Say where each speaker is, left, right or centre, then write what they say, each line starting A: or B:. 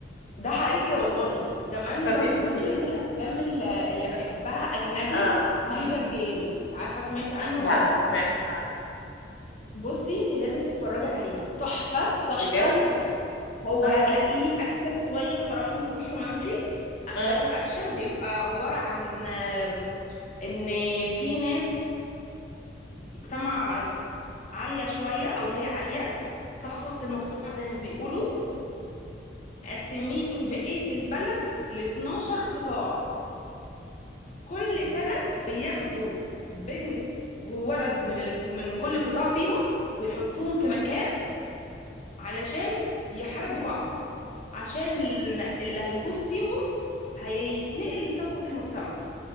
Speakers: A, on the left; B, on the left.
A: ده حقيقي والله كمان
B: طب
A: برضو
B: انتي
A: من ضمن الافلام اللي اللي بحبها اجنبي
B: اه
A: هانجر
B: مم.
A: جيم مش عارفه سمعت عنه
B: لا
A: ولا لا
B: ما سمعتش عنه
A: بصي انت لازم تتفرجي عليه تحفه تحفه
B: بجد
A: تحفه هو
B: اه
A: هتلاقيه اكشن شويه الصراحه ما فيهوش رومانسي اغلبه
B: اه
A: اكشن بيبقى عباره عن آه، ان في ناس مجتمع عالية شوية أو هي عالية صفوة المجتمع زي ما بيقولوا مقسمين بقية البلد ل 12 قطاع كل سنة بياخدوا بنت وولد من ال... من كل قطاع فيهم ويحطوهم في مكان علشان يحاربوا بعض عشان اللي هيفوز فيهم هيتنقل
B: اه
A: لصفوة المجتمع